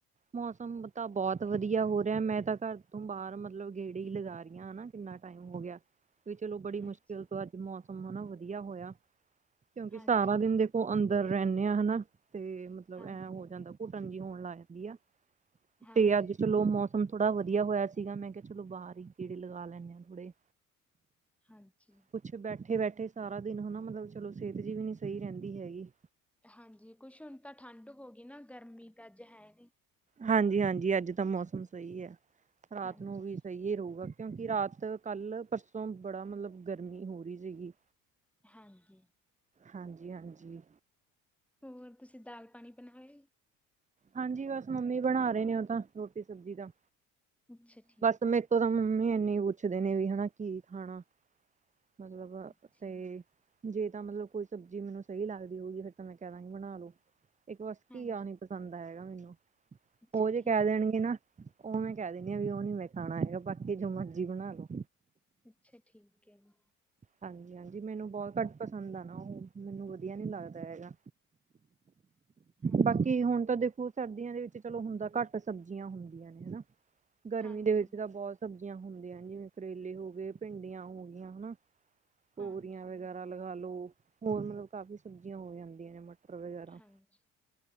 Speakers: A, on the right (about 15°); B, in the centre.
A: ਮੌਸਮ ਤਾਂ ਬਹੁਤ ਵਧੀਆ ਹੋ ਰਿਹਾ, ਮੈਂ ਤਾਂ ਘਰ ਤੋਂ ਬਾਹਰ ਮਤਲਬ ਗੇੜੀ ਹੀ ਲਗਾ ਰਹੀ ਹਾਂ ਹਨਾ, ਕਿੰਨਾ ਟਾਈਮ ਹੋ ਗਿਆ। ਵੀ ਚਲੋ ਬੜੀ ਮੁਸ਼ਕਿਲ
B: ਅੱਛਾ
A: ਤੋਂ ਅੱਜ ਮੌ ਮੌਸਮ ਵਧੀਆ ਹੋਇਆ। ਕਿਉਂਕਿ
B: ਹਾਂਜੀ
A: ਸਾਰਾ ਦਿਨ ਦੇਖੋ ਅੰਦਰ ਅੰਦਰ ਰਹਿੰਦੇ ਆ ਹਨਾ। ਤੇ ਮਤਲਬ
B: ਹਾਂਜੀ
A: ਐਂ ਹੋ ਜਾਂਦਾ, ਘੁਟਣ ਜੀ ਹੋਣ ਲਾਇਆ। ਵਧੀਆ।
B: ਹਾਂਜੀ
A: ਤੇ ਅੱਜ ਚਲੋ ਮੌਸਮ ਮੌਸਮ ਥੋੜਾ ਵਧੀਆ ਹੋਇਆ ਸੀਗਾ, ਮੈਂ ਕਿਹਾ ਚਲੋ ਬਾਹਰ ਹੀ ਗੇੜੇ ਲਗਾ ਲੈਣੇ ਆ ਥੋੜੇ
B: ਹਾਂਜੀ।
A: ਕੁਛ ਬੈਠੇ ਬੈਠੇ ਸਾਰਾ ਦਿਨ ਹਨਾ, ਮਤਲਬ ਚਲੋ ਸਿਹਤ ਜਿਹੀ ਵੀ ਨੀ ਸਹੀ ਰਹਿੰਦੀ ਹੈਗੀ।
B: ਹਾਂਜੀ ਕੁਛ ਹੁਣ ਤਾਂ ਠੰਢ ਹੋ ਗਈ ਨਾ, ਗਰਮੀ ਤਾਂ ਅੱਜ ਹੈ ਨੀ।
A: ਹਾਂਜੀ ਹਾਂਜੀ, ਅੱਜ ਤਾਂ ਮੌਸਮ ਸਹੀ ਐ। ਰਾਤ
B: ਹਾਂਜੀ
A: ਨੂੰ ਵੀ ਸਹੀ ਰਹੂਗਾ। ਕਿਉਂਕਿ ਰਾਤ ਕੱਲ, ਪਰਸੋਂ ਬੜਾ ਮਤਲਬ ਗਰਮੀ ਹੋ ਰਹੀ ਸੀਗੀ।
B: ਹਾਂਜੀ।
A: ਹਾਂਜੀ ਹਾਂਜੀ।
B: ਹੋਰ ਤੁਸੀਂ ਦਾਲ, ਪਾਣੀ ਬਣਾ ਲਿਆ।
A: ਹਾਂਜੀ, ਬਸ ਮੰਮੀ ਬਣਾ ਰਹੇ ਨੇ, ਉਹ ਤਾਂ ਰੋਟੀ ਸਬਜ਼ੀ ਦਾ
B: ਅੱਛਾ ਠੀਕ
A: ਬਸ ਮੈਂਥੋ ਤਾਂ ਮੰਮੀ ਐਨੀ ਪੁੱਛਦੇ ਨੇ ਵੀ ਹਨਾ, ਕੀ ਖਾਣਾ ਮਤਲਬ
B: ਅੱਛਾ
A: ਤੇ ਜੇ ਤਾਂ ਮਤਲਬ ਕੋਈ ਸਬਜ਼ੀ ਮੈਨੂੰ ਸਹੀ ਲੱਗਦੀ ਹੋਊਗੀ, ਫਿਰ ਤਾਂ ਮੈਂ ਕਹਿ ਦਾਂਗੀ ਬਣਾ ਲੋ। ਇੱਕ ਬਸ
B: ਹਾਂਜੀ
A: ਘੀਆ ਨੀ ਪਸੰਦ ਹੈਗਾ ਮੈਨੂੰ
B: ਅੱਛਾ
A: ਉਹ ਜੇ
B: ਠੀਕ
A: ਕਹਿ ਦੇਣਗੇ
B: ਹੈ
A: ਨਾ ਉਵੇਂ ਕਹਿ ਵੀ ਉਹ ਨੀ ਮੈਂ ਖਾਣਾ ਹੈਗਾ, ਬਾਕੀ ਜੋ ਮਰਜੀ ਬਣਾ ਲੋ।
B: ਅੱਛਾ ਠੀਕ ਹੈ ਜੀ।
A: ਹਾਂਜੀ ਹਾਂਜੀ, ਮੈਨੂੰ ਬਹੁਤ ਘੱਟ ਪਸੰਦ ਆ ਨਾ ਉਹ, ਮੈਨੂੰ ਵਧੀਆ ਨੀ ਲੱਗਦਾ ਹੈਗਾ।
B: ਹਾਂਜੀ
A: ਬਾਕੀ ਹੁਣ ਤਾਂ ਦੇਖੋ ਸਰਦੀਆਂ ਦੇ ਵਿੱਚ ਚਲੋ ਹੁੰਦਾ ਘੱਟ ਸਬਜ਼ੀਆਂ ਹੁੰਦੀਆਂ ਨੇ, ਹੈਨਾ। ਗਰਮੀ
B: ਹਾਂਜੀ
A: ਦੇ ਵਿੱਚ ਤਾਂ ਬਹੁਤ ਸਬ ਹੁੰਦੀਆਂ ਜਿਵੇਂ ਕਰੇਲੇ ਹੋ ਗਏ, ਭਿੰਡੀਆਂ ਹੋ ਗਿਆਂ, ਹੈਨਾ। ਤੋਰੀਆਂ
B: ਹਾਂਜੀ
A: ਵਗੈਰਾ ਲਗਾ ਲੋ। ਹੋਰ ਮਤਲਬ ਕਾਫੀ ਸਬਜ਼ੀਆਂ ਹੋ ਜਾਂਦੀਆਂ ਨੇ, ਮ ਮਟਰ ਵਗੈਰਾ।
B: ਹਾਂਜੀ